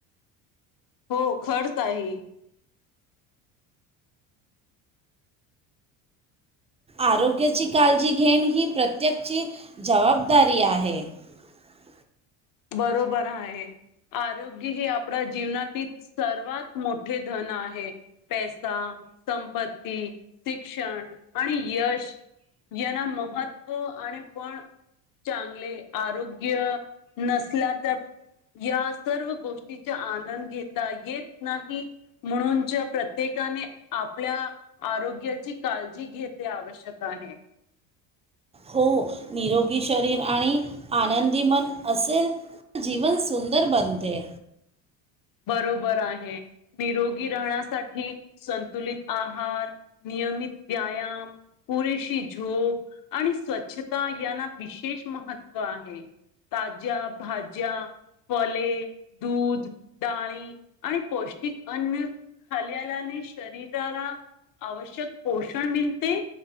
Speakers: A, on the left; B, on the right.
A: हो खर्च आहे
B: आरोग्याची काळजी घेण ही प्रत्येकाची जबाबदारी आहे <unintelligible>
A: बरोबर आहे आरोग्य हे आपल्या जीवनातील सर्वात मोठे धन आहे पैसा संपत्ती शिक्षण आणि यश यांना महत्त्व आणि पण चांगले आरोग्य नसल्या तर या सर्व गोष्टीचा आनंद घेता येत नाही म्हणूनच्या प्रत्येकाने आपल्या आरोग्याची काळजी घेत आवश्यक आहे
B: हो निरोगी शरीर आणि आनंदीमन असेल तर जीवन सुंदर बनते
A: बरोबर आहे निरोगी राहण्यासाठी संतुलित आहार नियमित व्यायाम पुरेशी झोप आणि स्वच्छता यांना विशेष महत्त्व आहे ताज्या भाज्या फले दूध डाळी आणि पौष्टिक अन्न खाल्यालाने शरीराला आवश्यक पोषण मिळते